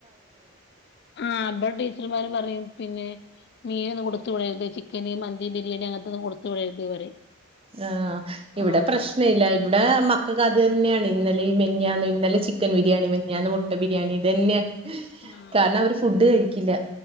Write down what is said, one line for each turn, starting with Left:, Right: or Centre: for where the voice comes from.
Left: ആഹ് ഇവിടെ ടീച്ചർമാര് പറയും പിന്നെ മീനൊന്നും കൊടുത്തു വിടരുത് ചിക്കന് മന്തിയും ബിരിയാണി അങ്ങനത്തെന്നും കൊടുത്തു വിടരുത് എന്ന് പറയും
Right: ആഹ് ഇവിടെ
Left: ആഹ്
Right: പ്രശ്ന ഇല്ല ഇവിടെ മക്കൾക്ക് അത് തന്നെയാണ് ഇന്നലെ ഈ മിനിയാന്ന് നല്ല ചിക്കൻ ബിരിയാണി മെന്ന് ഞാൻ മുട്ട ബിരിയാണി ഇത് തന്നെയാ
Left: ആഹ്
Right: കാരണം അവര് ഫുഡ് കഴിക്കില്ല